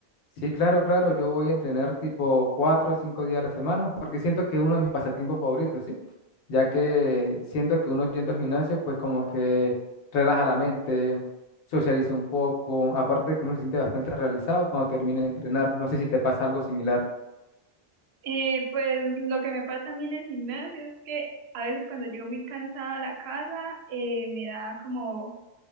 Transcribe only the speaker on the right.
Eh, pues lo que me pasa a mí en el gimnasio es que a veces cuando llego muy cansada a la casa, eh, me da como,